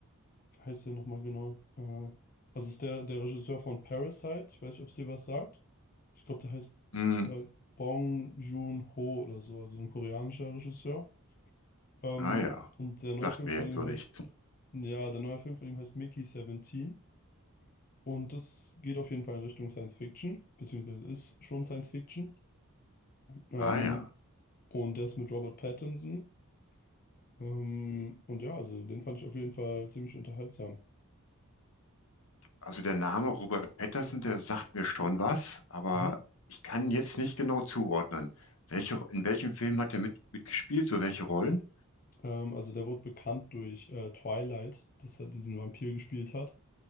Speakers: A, on the left (about 40°); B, on the left (about 65°).
A: wie heißt der nochmal genau? Äh, also ist der, der Regisseur von Parasite, ich weiß nicht, ob es dir was sagt. Ich glaube, der heißt
B: Hm,
A: äh, Bong Joon-ho oder so, also ein koreanischer Regisseur. Ähm,
B: ah ja,
A: und der neue
B: sagt
A: Film
B: mir
A: von
B: jetzt
A: ihm
B: so
A: heißt
B: nicht.
A: Ja, der neue Film von ihm heißt Mickey 17 und das geht auf jeden Fall in Richtung Science Fiction, beziehungsweise ist schon Science Fiction. Ähm,
B: Ah ja.
A: und der ist mit Robert Pattinson. Ähm, und ja, also den fand ich auf jeden Fall ziemlich unterhaltsam.
B: Also der Name Robert Patterson, der sagt mir schon was, aber
A: Mhm.
B: ich kann jetzt nicht genau zuordnen. Welche, in welchem Film hat er mit, mitgespielt? So welche Rollen?
A: Ähm, also der wurde bekannt durch äh, Twilight, dass er diesen Vampir gespielt hat.